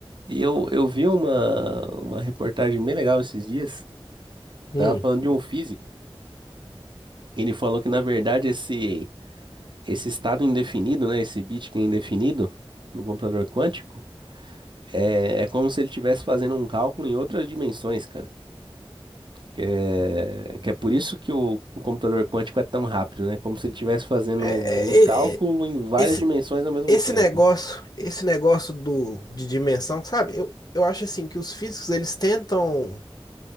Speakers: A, on the right; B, on the left.
A: E eu, eu vi uma, uma reportagem bem legal esses dias, que
B: Hum,
A: tava falando de um físico. Ele falou que, na verdade, esse, esse estado indefinido, né? Esse bit que é indefinido no computador quântico É, é como se ele estivesse fazendo um cálculo em outras dimensões, cara. Que é, que é por isso que o, o computador quântico é tão rápido, né? Como se ele estivesse fazendo
B: É,
A: um cálculo
B: é, é, é,
A: em várias
B: esse,
A: dimensões ao mesmo
B: esse
A: tempo.
B: negócio, esse negócio do, de dimensão, sabe? Eu, eu acho assim que os físicos eles tentam,